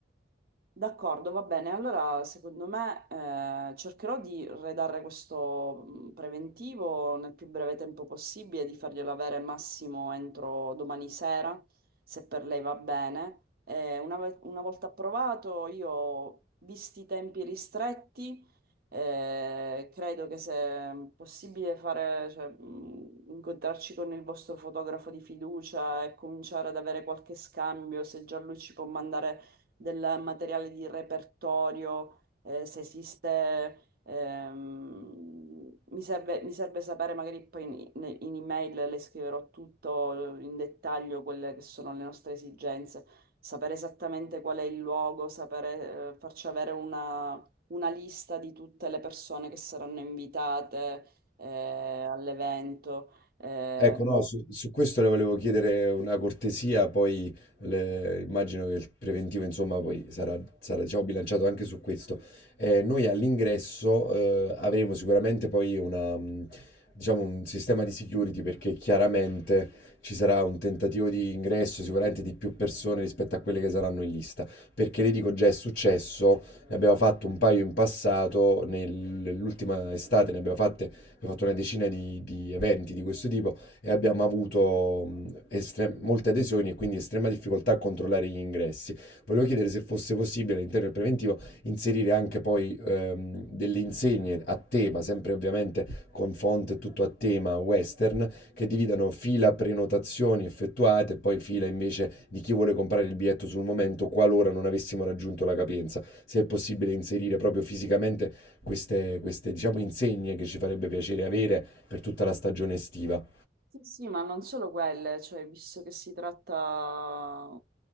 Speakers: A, on the right; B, on the left.
A: D'accordo, va bene. Allora, secondo me, eh, cercherò di redare questo mh, preventivo nel più breve tempo possibile, di farglielo avere massimo entro domani sera, se per lei va bene. Eh, una, ve- una volta approvato, io, visti i tempi ristretti, eh, credo che se possibile fare, cioè, mh, incontrarci con il vostro fotografo di fiducia e cominciare ad avere qualche scambio, se già lui ci può mandare del materiale di repertorio, eh, se esiste, ehm, mi serve, mi serve sapere, magari poi in, in- in email le scriverò tutto in dettaglio quelle che sono le nostre esigenze, sapere esattamente qual è il luogo, sapere, eh, farci avere una, una lista di tutte le persone che saranno invitate, eh, all'evento. Eh,
B: Ecco, no, Però su, su questo le volevo chiedere una cortesia, poi le- immagino che il preventivo, insomma, poi sarà, sarà, diciamo, bilanciato anche su questo. Eh, noi all'ingresso eh, avremo sicuramente poi una, mh, diciamo, un sistema di security perché chiaramente ci sarà un tentativo di ingresso sicuramente di più persone rispetto a quelle che saranno in lista, perché le dico già è successo, ne abbiamo fatto un paio in passato, nel- nell'ultima estate ne abbiamo fatte, abbiamo fatto una decina di di eventi di questo tipo e abbiamo avuto mh, estre- molte adesioni e quindi estrema difficoltà a controllare gli ingressi. Volevo chiedere se fosse possibile all'interno del preventivo inserire anche poi ehm, delle insegne a tema, sempre ovviamente con font e tutto a tema western, che dividano fila prenotazioni effettuate e poi fila invece di chi vuole comprare il biglietto sul momento qualora non avessimo raggiunto la capienza. Se è possibile inserire proprio fisicamente queste, queste diciamo, insegne che ci farebbe piacere avere per tutta la stagione estiva.
A: Sì, sì, ma non solo quelle, cioè, visto che si tratta